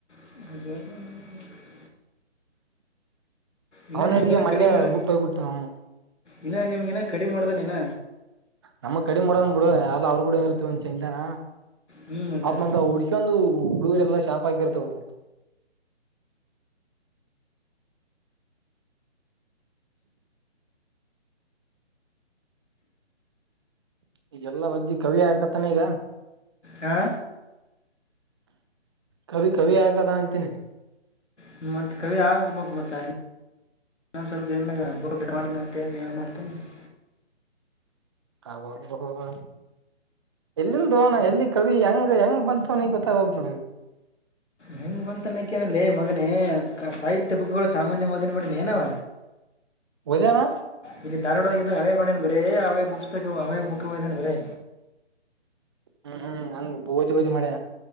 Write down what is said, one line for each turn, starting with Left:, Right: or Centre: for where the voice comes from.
Left: <unintelligible> ಇನ್ನ
Right: ಅವ್ನಿಟ್ಟಿಗೆ
Left: ನಿಮ್ಗಿನ
Right: ಮಲ್ಯೆ
Left: ಕಡಿಮೆ
Right: ಬುಟ್ಟ ಹೋಗ್ಬ ಬಿಟ್ಟ ಅವನೌನ್.
Left: ಇನ್ನ ನಿಮ್ಗ ಇನ ಕಡಿಮ ಹೊಡ್ದಾನ ಇನ.
Right: ನಮಗ್ ಕಡಿಮ ಹೊಡ್ದಾನ್ ಬುಡು ಎಲ್ಲ ಅವ್ರ ಗೂಡನೆ ಇರತಿವಂತ ಚೆಂತಾನ
Left: ಹ್ಞೂ ಮತ್ತೆ
Right: ಪಾಪ ಮತ್ತ ಹಾ ಹುಡಿ ಒಂದು ಹಡುಗುರ ಎಲ್ಲಾ ಶಾಪ್ ಆಕಿರ್ತವ ಬುಡು ಈಗೆಲ್ಲಾ ವಜ್ಜಿ ಕವಿ ಆಗಕತಾನ ಈಗ
Left: ಹಾ
Right: ಕವಿ ಕವಿ ಆಗಕತಾನ ಅಂತೀನಿ
Left: ಹ್ಮ್ ಮತ್ತ್ ಕವಿ ಆಗ್ಬಕ್ ಮತ್ತ ಹಂಗ ನಾನನ್ ಸ್ವಲ್ಪ ಜ ಬು ಮಾಡ ಅಂತೆ ಏನ್ ಮಾಡ್ತ <unintelligible>
Right: ಹಬಾ ಹಬಾ.. ಎಲ್ಲಿಂದ ದೋಣ ಎಲ್ಲಿ ಕವಿ ಹೆಂಗ ಹೆಂಗ್ ಬಂತವನ ಗೊತ್ತಾಗೋತ್ ನಗ.
Left: ಹೆಂಗ್ ಬಂತನಕ್ಕನಲ್ಲಿ ಮಗನ ಸಾಹಿತ್ಯ ಕ ಬುಕ್ ಇಗಳು ಸಾಮಾನ್ಯ ಮದನೆ ಮಾಡನಿ ಏನವ
Right: ಓದ್ಯಾನಾ
Left: ಇಲ್ಲಿ ದಾರ್ವಾಡೋಗ ಅವೇ ಮಾಡೇನ್ ಬರೇ ಅವೇ ಬುಕ್ಸ್ ತ ಅವೇ ಬುಕ್ ಒಯದೆನಿ ಬರೀ
Right: ಹ್ಮ್ ಹ್ಮ್ ಹಂಗ್ ಭೂತಿ ಬದಿ ಮಾಡೆ